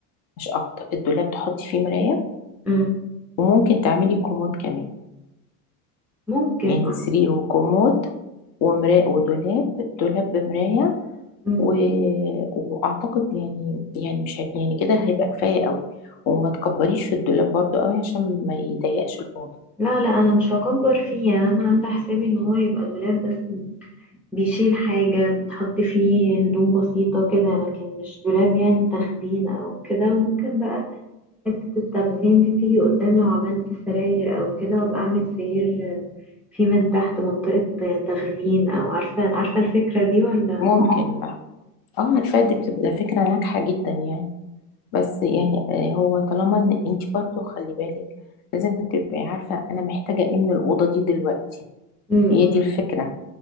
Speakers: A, on the left (about 50°); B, in the centre.
A: مش اكتر الدولاب تحطي فيه مراية
B: مم.
A: وممكن تعملي كومود كمان
B: ممكن
A: يعني
B: اه
A: سرير وكومود ومراية ودولاب دولاب بمراية
B: مم.
A: و... واعتقد يعني يعني مش ه- يعني كده هيبقى كفايه قوي وما تكبريش في الدولاب برضو قوي عشان ما يضيقش الاوضه
B: لا لا انا مش هكبر فيه يعني انا عامله حسابي ان هو يبقى دولاب بس بيشيل حاجة بيتحط فيه هدوم بسيطة كده لكن مش دولاب يعني تخزين أو كده ممكن بقى حتة التخزين دي تيجي قدام لو عملت سراير أو كده وأبقى أعمل سرير في من تحت منطقة تخزين أو عارفة عارفة الفكرة دي ولا
A: ممكن بقى اه عارفه دي بتبقى فكره ناجحه جدا يعني بس يعني آه، هو طالما ان انت برضو خلي بالك لازم تبقي عارفه انا محتاجه ايه من الاوضه دي دلوقتي
B: م- م.
A: هي دي الفكره